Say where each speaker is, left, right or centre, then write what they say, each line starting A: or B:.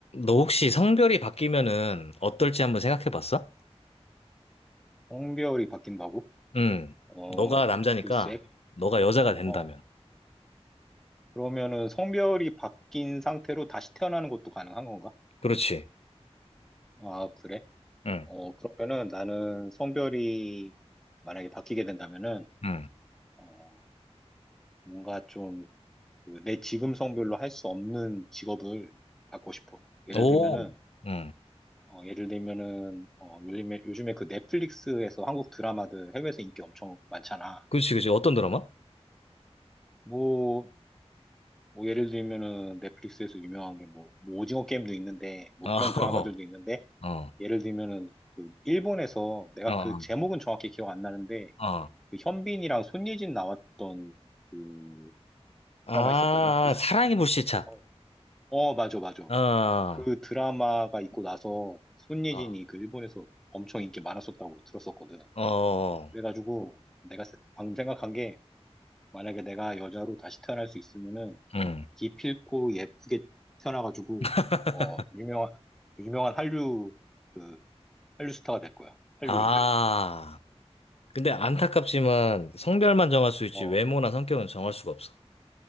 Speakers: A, on the left; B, in the centre.
A: 너 혹시 성별이 바뀌면은 어떨지 한번 생각해 봤어?
B: 성별이 바뀐다고?
A: 응.
B: 어,
A: 너가 남자니까
B: 글쎄.
A: 너가 여자가 된다면.
B: 어, 그러면은 성별이 바뀐 상태로 다시 태어나는 것도 가능한 건가?
A: 그렇지.
B: 아, 그래?
A: 응.
B: 어, 그러면은 나는 성별이 만약에 바뀌게 된다면은,
A: 응.
B: 어, 뭔가 좀, 그, 내 지금 성별로 할 수 없는 직업을 갖고 싶어. 예를
A: 오.
B: 들면은,
A: 응.
B: 어, 예를 들면은, 어, 요즘에, 요즘에 그 넷플릭스에서 한국 드라마들 해외에서 인기 엄청 많잖아.
A: 그렇지, 그렇지. 어떤 드라마?
B: 뭐, 뭐 예를 들면은 넷플릭스에서 유명한 게 뭐, 뭐 오징어 게임도 있는데 뭐
A: 아,
B: 그런
A: <laughs>
B: 드라마들도 있는데
A: 어. 어.
B: 예를 들면은 그 일본에서 내가
A: 어.
B: 그 제목은 정확히 기억 안 나는데
A: 어.
B: 그 현빈이랑 손예진 나왔던 그
A: 아,
B: 드라마 있었거든. 그 스-
A: 사랑이 불시착.
B: 어, 어, 맞아 맞아.
A: 어.
B: 그 드라마가 있고 나서 손예진이
A: 어.
B: 그 일본에서 엄청 인기 많았었다고 들었었거든.
A: 어.
B: 그래가지고 내가 방금 생각한 게 만약에 내가 여자로 다시 태어날 수 있으면은
A: 응.
B: 기필코 예쁘게 태어나가지고
A: <laughs>
B: 어 유명한 유명한 한류 그 한류 스타가 될 거야 한류
A: 아.
B: 여배우
A: 근데 안타깝지만 성별만 정할 수 있지
B: 어
A: 외모나 성격은 정할 수가 없어.